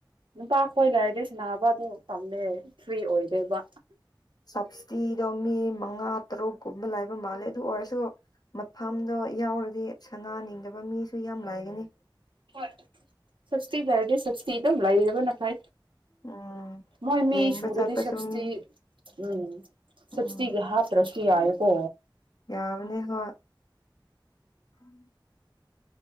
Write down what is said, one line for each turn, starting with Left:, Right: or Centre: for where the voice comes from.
Right: ꯅꯨꯄꯥ ꯑꯩꯈꯣꯏ ꯂꯩꯔꯗꯤ ꯁꯅꯥꯕ ꯑꯗꯨ ꯇꯝꯃꯦ ꯐ꯭ꯔꯤ ꯑꯣꯏꯗꯦꯕ
Left: ꯁꯞꯕꯁꯤꯗꯤꯗꯣ ꯃꯤ ꯃꯉꯥ ꯇꯔꯨꯛꯀꯨꯝꯕ ꯂꯥꯏꯕ ꯃꯥꯜꯂꯦ ꯑꯗꯨ ꯑꯣꯏꯔꯁꯨ ꯃꯐꯝꯗꯣ ꯌꯥꯎꯔꯗꯤ ꯁꯅꯥꯅꯤꯡꯗꯕ ꯃꯤꯁꯨ ꯌꯥꯝ ꯂꯥꯏꯒꯅꯤ
Right: ꯍꯣꯏ ꯁꯁꯇꯤ ꯍꯥꯏꯔꯗꯤ ꯁꯁꯇꯤ ꯑꯗꯨꯝ ꯂꯩꯔꯕꯅꯈꯥꯏ
Left: ꯎꯝ
Right: ꯃꯣꯏ ꯃꯤ
Left: ꯌꯦꯡꯕ
Right: ꯁꯨꯔꯗꯤ
Left: ꯆꯠꯄꯁꯨ
Right: ꯁꯇꯤ
Left: ꯃꯤ
Right: ꯎꯝ ꯁꯇꯤ
Left: ꯎꯝ
Right: ꯉꯍ꯭ꯔꯁ ꯀ ꯍꯥꯏꯀꯣ
Left: ꯌꯥꯕꯅꯦ ꯍꯣ ꯎꯝ